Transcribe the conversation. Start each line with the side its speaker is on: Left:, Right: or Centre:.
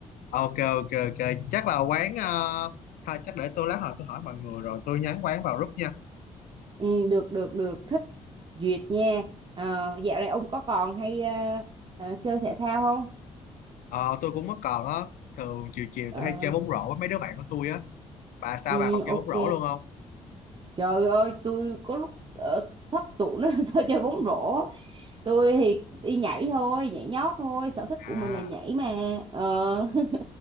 Left: Ok, ok, ok, chắc là quán... ờ, thôi, chắc để tôi lát hồi tôi hỏi mọi người rồi tôi nhắn quán vào group nha.
Right: ừ, được được được thích duyệt nha Ờ, dạo này ông có còn hay ờ, ờ, chơi thể thao không
Left: Ờ, tôi cũng mất còn á, thường chiều chiều
Right: Ờ,
Left: tôi hay chơi bóng rổ với mấy đứa bạn của tôi á. Bà sao
Right: ừ,
Left: bà còn
Right: ok
Left: chơi bóng rổ luôn không?
Right: trời ơi tôi có lúc ờ, thấp tủ nó <laughs> sao chơi bóng rổ tôi thì đi nhảy thôi nhảy nhót thôi sở thích
Left: À,
Right: của mình là nhảy mà ờ <laughs>